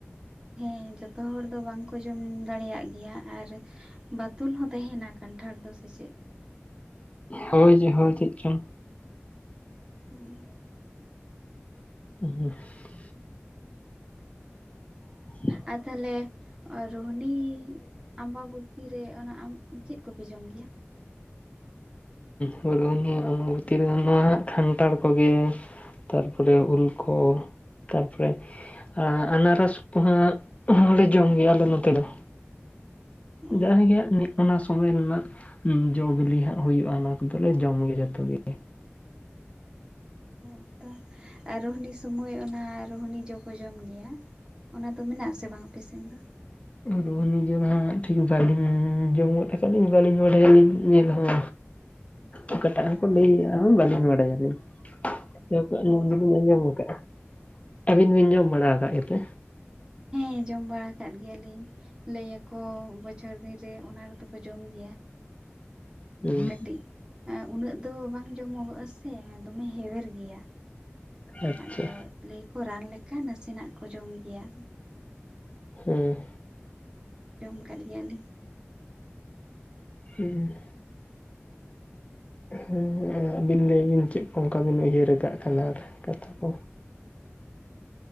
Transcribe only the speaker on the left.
ᱦᱳᱭ ᱡᱮ ᱦᱳᱭ ᱪᱮᱫ ᱪᱚᱝ
<unintelligible> <inaudible>
ᱦᱩᱸ ᱨᱚᱦᱱᱤ ᱚᱢᱵᱟᱵᱚᱛᱤ ᱨᱮᱫᱚ ᱱᱚᱣᱟ ᱠᱷᱟᱱᱴᱷᱟᱲ ᱠᱚᱜᱮ ᱛᱟᱨᱯᱚᱨᱮ ᱩᱞ ᱠᱚ ᱛᱟᱨᱯᱚᱨᱮ ᱟᱨ ᱟᱱᱟᱨᱚᱥ ᱠᱚᱦᱚᱸ ᱦᱚᱸᱞᱮ ᱡᱚᱢ ᱜᱮᱭᱟ ᱟᱞᱮ ᱱᱚᱛᱮ ᱫᱚ
ᱡᱟᱦᱟᱸ ᱜᱮ ᱱᱤᱛ ᱟᱱᱟᱜ ᱥᱚᱢᱚᱭ ᱨᱮᱱᱟᱜ ᱡᱚ ᱵᱤᱞᱤ ᱦᱟᱸᱜ ᱦᱩᱭᱩᱜᱼᱟ ᱚᱱᱟ ᱠᱚᱫᱚᱞᱮ ᱡᱚᱢ ᱜᱮᱭᱟ ᱡᱚᱛᱚ ᱜᱮ
ᱨᱩᱦᱱᱤ ᱡᱚ ᱫᱚ ᱱᱟᱦᱟᱸᱜ ᱴᱷᱤᱠ ᱵᱟᱹᱞᱤᱧ ᱡᱚᱢ ᱜᱚᱫ ᱟᱠᱟᱫᱟᱞᱤᱧ ᱵᱟᱹᱞᱤᱧ ᱵᱟᱰᱟᱭᱟᱞᱤᱧ ᱧᱮᱞ ᱦᱚᱸ ᱚᱠᱟᱴᱟᱜ ᱦᱚᱸᱠᱚ ᱞᱟᱹᱭ ᱜᱮᱭᱟ ᱵᱟᱹᱞᱤᱧ ᱵᱟᱲᱟᱭᱟᱞᱤᱧ <unintelligible> ᱟᱹᱞᱤᱧ
ᱫᱚᱞᱤᱧ ᱟᱸᱡᱚᱢ ᱟᱠᱟᱫᱼᱟ ᱟᱹᱵᱤᱱ ᱵᱤᱱ ᱡᱚᱢ ᱵᱟᱲᱟ ᱟᱠᱟᱫ ᱜᱮᱛᱮ
ᱦᱩᱸ
ᱟᱪᱪᱷᱟ
ᱦᱩᱸ
ᱦᱩᱸ ᱦᱮᱸ ᱟᱹᱵᱤᱱ ᱞᱟᱹᱭ ᱵᱤᱱ ᱪᱮᱫ ᱠᱚ ᱚᱱᱠᱟ ᱵᱤᱱ ᱩᱭᱦᱟᱹᱨ ᱟᱠᱟᱫ ᱠᱷᱟᱱ ᱟᱨ ᱠᱟᱛᱷᱟ ᱠᱚ